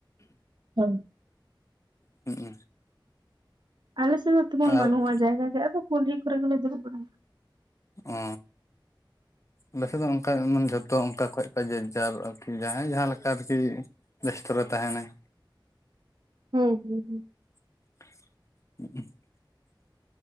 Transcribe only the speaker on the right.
ᱦᱳᱭ
ᱟᱞᱮᱥᱮᱫ ᱫᱚ ᱛᱮᱢᱚᱱ
ᱵᱟᱹᱱᱩᱜᱼᱟ ᱡᱟᱭᱜᱟ ᱜᱮ ᱟᱫᱚ ᱠᱩᱞᱦᱤ ᱠᱚᱨᱮ ᱜᱮᱞᱮ ᱫᱩᱲᱩᱵ ᱵᱟᱲᱟᱭᱟ᱾
ᱦᱩ ᱦᱩ ᱦᱩ